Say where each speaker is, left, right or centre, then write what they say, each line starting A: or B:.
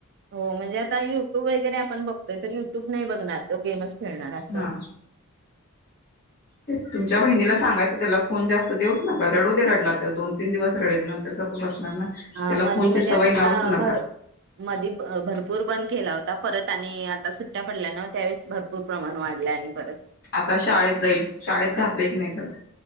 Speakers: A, on the right; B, on the left.
A: हो म्हणजे आता युट्यूब वगैरे आपण बघतोय तर युट्यूब नाही बघणार तो गेमच खेळणार अस
B: हा
A: हो.
B: ते तुमच्या बहिनीला सांगायचं त्याला फोन जास्त देऊच नका रडू दे रडला तर दोन तीन दिवस रडेल नंतर गप्प बसणार ना
A: हा
B: त्याला
A: मध्ये
B: फोनची
A: मध्ये
B: सवय
A: आता
B: लावूच नका
A: भर मधी अह भरपूर बंद केला होता परत आणि आता सुट्ट्या पडल्यान त्यावेळेस भर पूर प्रमाण वाढलय आणि परत
B: आता शाळेत जाईल. शाळेत घातलंय की नाही त्याला?